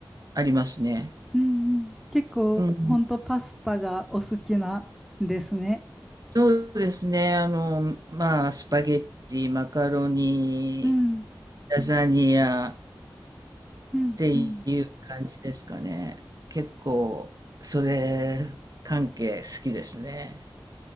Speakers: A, on the right; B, in the centre.
A: ありますね。
B: うんうん。結構ほんとパスタがお好きなんですね。
A: うん、そうですね。あの、まあ、スパゲッティ、マカロニ、
B: うん
A: ラザニア
B: うんうん。
A: っていう感じですかね。結構、それ関係好きですね。